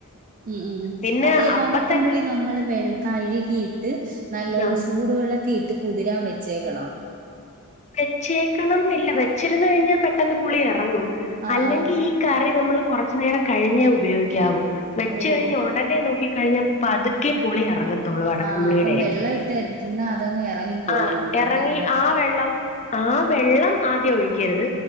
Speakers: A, on the right (about 35°); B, on the left (about 30°).
A: ഉം ഉ
B: പിന്നെ
A: അതെ
B: അപ്പ
A: വടക്കംപുള്ളി
B: തന്നെ
A: നമ്മള് വെള്ള കഴുകിയിട്ട് നല്ല
B: ആഹ്
A: സൂടുവെള്ളത്തിയിട്ട് കുതിരാൻ വെച്ചേക്കണം
B: വെച്ചേക്കണംന്നില്ല വെച്ചിരുന്നു കഴിഞ്ഞാ പെട്ടെന്ന് പുളിയെറങ്ങും
A: ആഹ്
B: അല്ലെങ്കി
A: ആഹ്
B: ഈ ക്കറി നമ്മള് കൊറച്ച്നേരം കഴിഞ്ഞേ ഉപയോഗിക്കാവൂ വെച്ച്
A: ഓഹ്
B: കഴിഞ്ഞൊടനെ നോക്കി കഴിഞ്ഞ പ്പതുക്കേ പുളി ഇറങ്ങത്തൊ <unintelligible> ത്തോളൂ വടക്കം
A: ആഹ്
B: പുളിയുടെ
A: അപ്പം വെള്ളം ഇട്ട് ഇട്ടിരുന്നാ അതങ്ങ് ഇറങ്ങിക്കോളും
B: ആ
A: നന്നായിട്ടല്ലേ
B: എറങ്ങി ആ വെള്ളവും ആ വെള്ളം ആദ്യ ഒഴിക്കരുത്